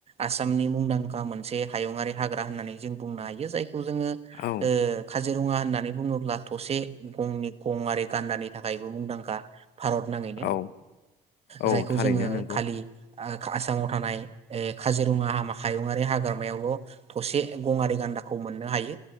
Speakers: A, on the right; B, on the left.
A: आसामनि मुंदांखा मोनसे हायुंङारि हाग्रा होननानै जों बुंनो हायो जाय औ जोङो
B: औ
A: ओ खा काजिरङा होननानै बुङोब्ला थसे गंनि गङारि गान्दानि थाखायबो मुंदांखा। भारत नाङैनो
B: औ औ
A: जायखौ
B: थारैनो
A: जोङो
B: नंगौ
A: खालि आसामाव थानाय काजिरङा हायुंङारि हाग्रामायावल' थसे गङारि गान्दाखौ मोननो हायो